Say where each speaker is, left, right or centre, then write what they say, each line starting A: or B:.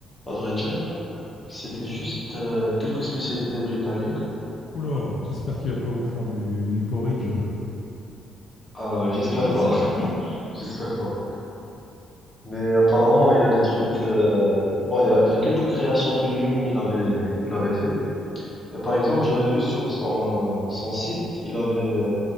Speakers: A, on the left; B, on the left.
A: à vrai dire. C'était juste euh, quelques spécialités britanniques.
B: Oula, j'espère qu'il va pas vous faire du, du porridge.
A: Ah,
B: <laughs>
A: ouais,
B: Je
A: j'espère
B: sais pas
A: pas,
B: si tu
A: <laughs> j'espère pas. Mais apparemment, il y a des trucs. euh, Bon, il y a, il y a quelques créations que lui-même il avait, il avait fait. Et par exemple, j'avais vu sur son, euh, son site, il avait euh,